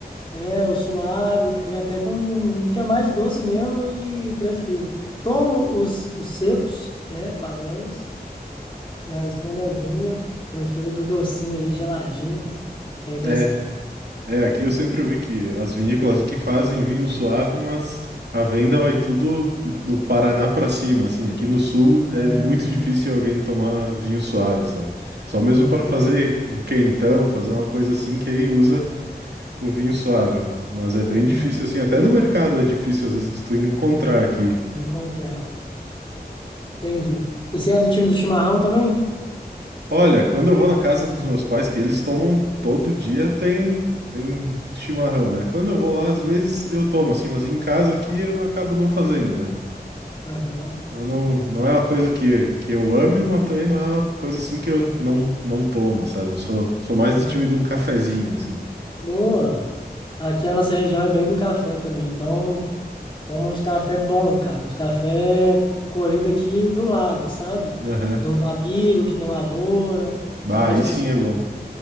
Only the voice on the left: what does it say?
É, o suave, o que vem até com, que é mais doce mesmo e prefiro. Tomo os, os secos, né, padrões, mas quando é vinho, prefiro do docinho ali, geladinho. E Aí desce
bem.
Ah,
boto
fé.
Aham.
Encontrar. Entendi. E você é do time do chimarrão também?
Aham,
entendi.
Boa. Aqui a nossa região é bem do café também, então toma uns café bom, cara, uns café colhido aqui do lado, sabe?
De uns amigos que tem lavoura,
café
especial,